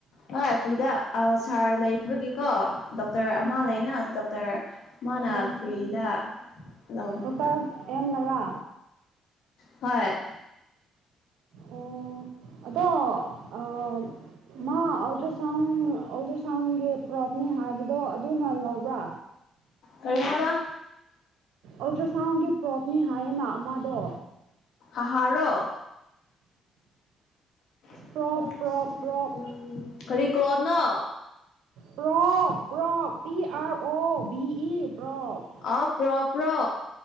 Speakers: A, on the left (about 70°); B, on the right (about 80°).
A: ꯍꯣꯏ ꯐ꯭ꯔꯤꯗ ꯑ ꯁꯥꯔ ꯂꯩꯕꯒꯤꯀꯣ ꯗꯣꯛꯇꯔ ꯑꯃ
B: ꯍꯣꯏ
A: ꯂꯩꯅ ꯗꯣꯛꯇꯔ ꯃꯥꯅ
B: ꯃꯣꯏ
A: ꯐ꯭ꯔꯤꯗ ꯂꯧꯕꯤꯕ
B: ꯗꯣꯛꯇꯔ ꯑꯦꯝꯃꯔꯥ
A: ꯍꯣꯏ
B: ꯑꯣ ꯑꯗꯣ ꯑ ꯃꯥ ꯑꯜꯗ꯭ꯔꯥꯁꯥꯎꯟ ꯑꯣꯗꯔ ꯁꯥꯎꯟꯒꯤ ꯄꯨꯔꯛꯀꯅꯤ ꯍꯥꯏꯕꯗꯣ ꯑꯗꯨꯅ ꯂꯧꯕ꯭ꯔꯥ
A: ꯀꯩ ꯍꯥꯏꯕ
B: ꯑꯜꯇ꯭ꯔꯥꯁꯥꯎꯟꯒꯤ ꯄꯣꯔꯛꯀꯅꯤ ꯍꯥꯏꯌꯦꯅ ꯑꯃꯗꯣ
A: ꯑꯍꯥꯔꯣ <unintelligible>
B: ꯄ꯭ꯔꯣꯞ ꯄ꯭ꯔꯣꯞ ꯄ꯭ꯔꯣꯞ
A: ꯀꯔꯤ ꯀꯣꯟꯅꯣ
B: probe probe P R O B E probe
A: ꯑ ꯄ꯭ꯔꯣꯞ ꯄ꯭ꯔꯣ